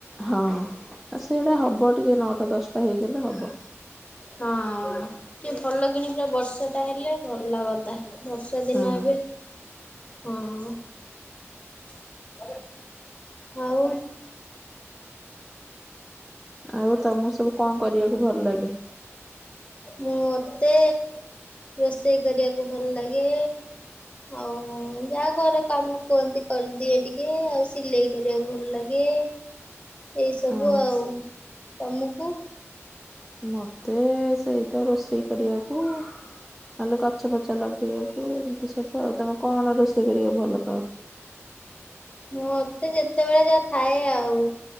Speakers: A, in the centre; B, on the left.
A: ହଁ ସେଇଟା ହବ ଟିକେ ନଅଟା ଦଶଟା ହେଇକି ମାନେ ହବ।
B: ହଁ ଟିକେ ଭଲ କିଣି ପା ବର୍ଷା ଟା ହେଲେ ଭଲ ଲାଗନ୍ତା ବର୍ଷା ଦିନ
A: ହଁ।
B: ଏବେ ହଁ <inaudible> ଆଉ
A: ଆଉ ତମକୁ ସବୁ କଣ କରିବାକୁ ଭଲ ଲାଗେ?
B: ମୁଁ ମତେ ରୋଷେଇ କରିବାକୁ ଭଲ ଲାଗେ। ଆଉ ଯାହା ଘର କାମ କୁହନ୍ତି କରିଦିଏ ଟିକେ ଆଉ ସିଲେଇ କରିବାକୁ ଭଲ ଲାଗେ। ଏଇ ସବୁ
A: ହଁ
B: ଆଉ ତମକୁ-?
A: ମତେ ସେଇ ତ ରୋଷେଇ କରିବାକୁ ନହେଲେ ଗଛ ପଛା ଲଗେଇବାକୁ ଏମତି ସବୁ ଆଉ ତମ କଣ ରୋଷେଇ କରିବା ଭଲ ପାଅ?
B: ମତେ ଯେତେବେଳେ ଯାହା ଥାଏ ଆଉ